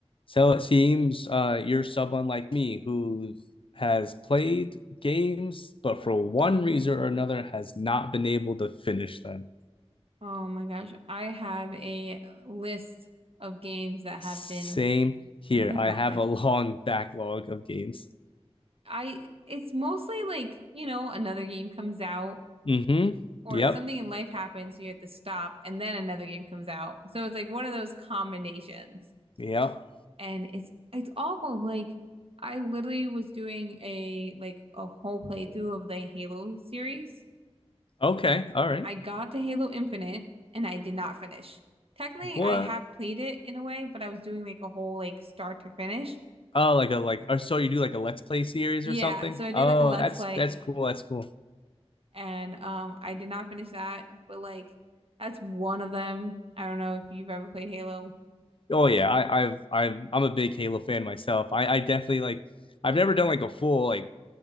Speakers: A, on the left; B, on the right.
A: So it seems uh, you're someone like me who has played games, but for one reason or another has not been able to finish them.
B: Oh my gosh, I have a list of games that
A: Same
B: have been
A: here.
B: neglected.
A: I have a <laughs> long backlog of games.
B: I it's mostly like, you know, another game comes out
A: Mm-hmm.
B: or
A: Yep.
B: something in life happens, so you have to stop and then another game comes out. So it's like one of those combinations.
A: Yep.
B: And it's it's awful. Like I literally was doing a like a whole playthrough of the Halo series.
A: Okay. All right.
B: I got to Halo Infinite and I did not finish. Technically,
A: What?
B: I have played it in a way, but I was doing like a whole like start to finish.
A: Oh, like a like. Or so you do like a Let's Play series
B: Yeah,
A: or something?
B: so I did
A: Oh,
B: like a Let's
A: that's
B: Play
A: that's cool. That's cool.
B: and um I did not finish that, but like that's one of them. I don't know if you've ever played Halo.
A: Oh yeah. I, I've I've I'm a big Halo fan myself. I I definitely like. I've never done like a full like